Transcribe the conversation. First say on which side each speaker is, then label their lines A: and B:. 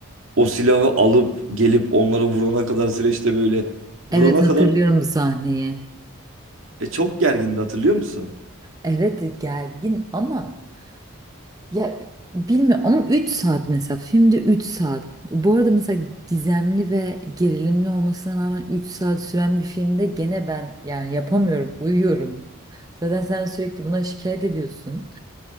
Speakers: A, on the right; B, on the right.
A: O silahı alıp gelip onları vurana kadar süreçte böyle
B: Evet
A: vurana
B: hatırlıyorum
A: kadar
B: bu sahneyi.
A: e, çok gergindi hatırlıyor musun?
B: Evet gergin ama ya bilmiyorum ama 3 saat mesela filmde 3 saat. Bu arada mesela gizemli ve gerilimli olmasına rağmen 3 saat süren bir filmde gene ben yani yapamıyorum uyuyorum. Zaten sen sürekli buna şikayet ediyorsun.